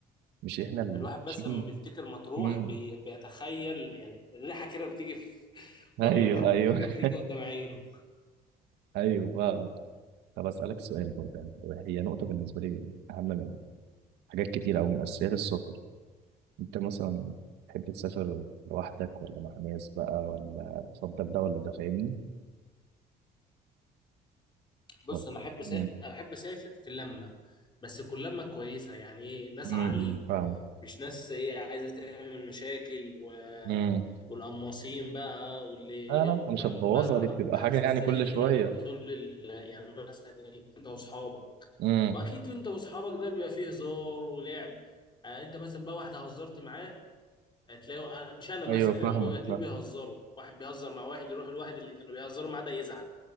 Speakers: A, on the right; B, on the left.
A: مش احنا اللي
B: الواحد
A: عايشين
B: بس لما بيفتكر مطروح
A: امم
B: بي... بيتخيل يعني الريحه كده بتيجي في <laughs> والحاجات
A: ايوه ايوه
B: بتيجي قدام عينه
A: <laughs> ايوه فاهم طب اسالك سؤال برضه يعني هي نقطه بالنسبه لي اهم منها حاجات كتير أوي من أساسيات السفر أنت مثلا تحب تسافر لوحدك ولا مع ناس بقى ولا تفضل ده ولا ده فاهمني؟
B: بص
A: ولا-
B: انا احب
A: مم.
B: سا... انا احب اسافر في اللمه بس تكون لمه كويسه يعني ايه ناس
A: مم.
B: عاقلين
A: مم. فاهم
B: مش ناس ايه عايزه تعمل مشاكل و...
A: مم.
B: والقماصين بقى واللي
A: أنا
B: يفضل
A: أنت مش هتبوظها
B: بقى
A: دي بتبقى
B: حزازيه
A: حاجة يعني كل شوية
B: طول ال... يعني مثلا ايه انت واصحابك
A: مم.
B: واكيد انت واصحابك ده بيبقى فيه هزار ولعب آه انت مثلا بقى واحد هزرت معاه هتلاقيه مش انا مثلا
A: أيوه
B: يعني
A: فاهمك
B: هم بيبقى اتنين
A: فاهم
B: بيهزروا واحد بيهزر مع واحد يروح الواحد اللي كانوا بيهزروا معاه ده يزعل